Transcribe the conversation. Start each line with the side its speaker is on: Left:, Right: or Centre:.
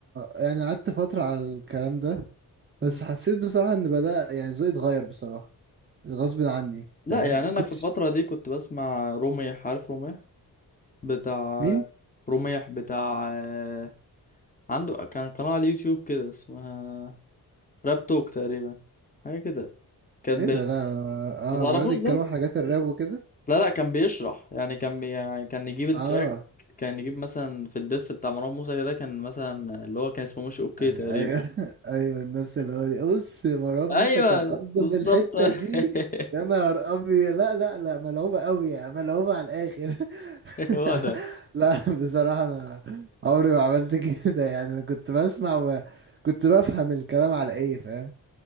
Right: يعني قعدت فتره على الكلام ده
Left: <laughs>
Right: بس
Left: مم.
Right: حسيت بصراحه ان بدا يعني ذوقي اتغير بصراحه غصب عني
Left: لا
Right: فاهم
Left: يعني انا
Right: كنت
Left: في الفتره دي كنت بسمع روميح عارف روميح بتاع
Right: مين
Left: روميح بتاع آه، عنده كان قناه على اليوتيوب كده اسمها راب توك تقريبا حاجه كده كان
Right: ايه
Left: بي...
Right: ده لا اه
Left: ما تعرفوش
Right: بيقعد يتكلموا
Left: ده
Right: عن حاجات الراب وكده
Left: لا لا كان بيشرح يعني كان بي... يعني كان يجيب التراك
Right: اه
Left: كان يجيب مثلا في الديس بتاع مروان موسى كده كان مثلا اللي هو كان اسمه مش اوكي
Right: ايوه
Left: تقريبا
Right: ايوه <laughs> ايوه الناس اللي هو دي بص مروان
Left: ايوه
Right: موسى كان قصده
Left: بالظبط
Right: في الحته
Left: <laughs>
Right: دي يا نهار ابيض لا لا لا ملعوبه قوي يعني ملعوبه على الاخر <laughs>
Left: هو ده
Right: لا بصراحه انا عمري ما عملت كده يعني انا كنت بسمع وكنت بفهم الكلام على ايه فاهم